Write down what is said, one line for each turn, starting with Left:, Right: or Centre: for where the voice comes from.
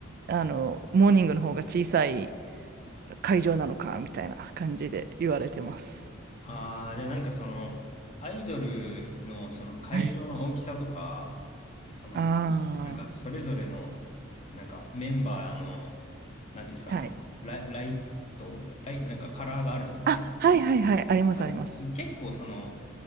Right: あの、モーニングの方が小さい会場なのか、みたいな感じで言われてます。
Left: ああ、で、なんかその、アイドルのその会場の大きさとか、
Right: はい。
Left: その、
Right: あ
Left: なんかそれぞれの、なんかメンバーの、なんていうんですか、
Right: あ、
Left: あの、
Right: はい。
Left: ライ、ライト、ライ、なんかカラーがあるんですかね。
Right: あ、はいはいはい、ありますあります。
Left: あ結構その、